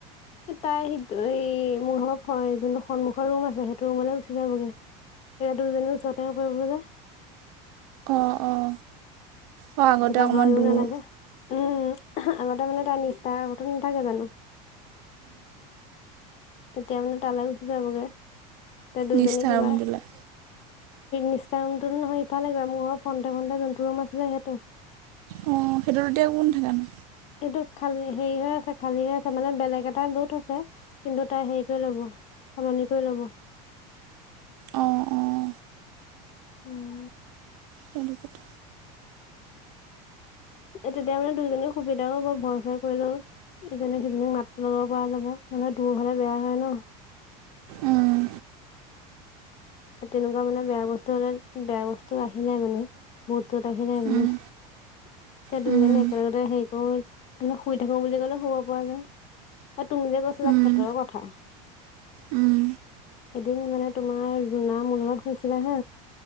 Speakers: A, on the left; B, on the right.
A: তাই সেইটো এই মোৰ যোনটো সন্মুখৰ ৰুম আছে সেইটো ৰুমলৈ গুচি যাবগে এতিয়া দুজনিয়ো ওচৰতে কৰিব যে
B: অঁ অঁ অঁ আগতে
A: তেতিয়া
B: অকণমান
A: ভয়ো
B: দূৰ
A: নালাগে উম আগতে মানে তাৰ মিষ্টাৰ ঘটো নাথাকে জানো তেতিয়া মানে তালৈ গুচি যাবগে তে দুইজনী
B: মিষ্টাৰ
A: কিবা
B: মিদুলা
A: নিষ্ঠা ৰুমটোতো নহয় ইফালে গ মোৰৰ ফণ্টে ফটে যোনটো ৰুম আছিলে সিহঁটো
B: অঁ সেইটোত এতিয়া কোন থাকে নো
A: এইটো খালী হেৰি হৈ আছে খালী হৈ আছে মানে বেলেগ এটা লোড আছে কিন্তু তাই হেৰি কৰি লব সলনি কৰি লব
B: অঁ অঁ
A: উম
B: সেইটো কথা
A: তেতিয়া মানে দুইজনে সুবিধাও হব ভয় ছয় কৰিলেও চ কৰি লও এজনি সেইজনীক মাত লগাব পৰা যাব নহলে দূৰ হলে বেয়া হয় ন
B: উম
A: তেনেকুৱা মানে বেয়া বস্তু হলে বেয়া বস্তু আহি নাই মানে বহুতত আহি যায় মানে
B: উম
A: এতিয়া
B: উম
A: দুইজননে একেলগতে হেৰি কৰো মে শুই থাকো বুলি ক'লেও শুব পৰা যায় অ তুমি যে কৈছিলা
B: উম
A: খ্ষেতৰ কথা
B: উম
A: এদিন মানে তোমাৰ জুনা মোৰ লগত শুইছিলে হা